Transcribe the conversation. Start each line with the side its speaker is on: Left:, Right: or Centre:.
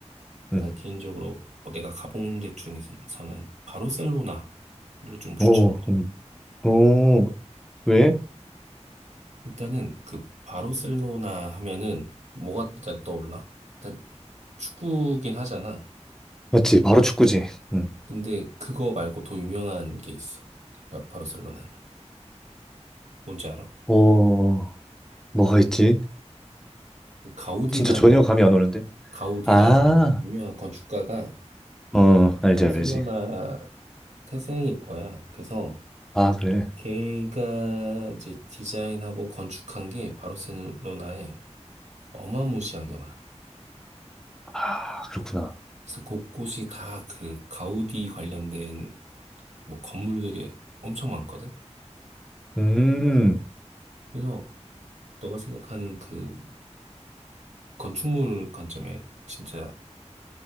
Right: 나는
Centre: 음.
Right: 개인적으로 뭐 내가 가본 데 중에서는 바르셀로나를 좀 추천해.
Centre: 오, 음. 오, 왜?
Right: 일단은 그 바르셀로나 하면은 뭐가 일단 떠올라? 일단 축구긴 하잖아.
Centre: 맞지, 바로 축구지. 음.
Right: 근데 그거 말고 더 유명한 게 있어. 바- 바르셀로나는. 뭔지 알아?
Centre: 오, 뭐가 있지?
Right: 그 가우디라는
Centre: 진짜 전혀 감이 안 오는데?
Right: 가우디라는
Centre: 아,
Right: 유명한 건축가가
Centre: 어, 알지,
Right: 바르셀로나
Centre: 알지.
Right: 태생일 거야. 그래서
Centre: 아, 그래.
Right: 걔가 이제 디자인하고 건축한 게 바르셀로나에 어마무시하게 많아.
Centre: 아, 그렇구나.
Right: 그래서 곳곳이 다 그 가우디 관련된 뭐 건물들이 엄청 많거든.
Centre: 음,
Right: 어. 그래서 너가 생각하는 그 건축물 관점에 진짜